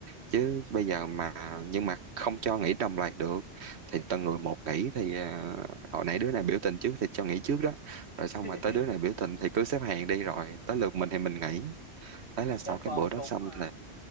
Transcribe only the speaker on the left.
<laughs>
sếp
của ông
cũng
ờ,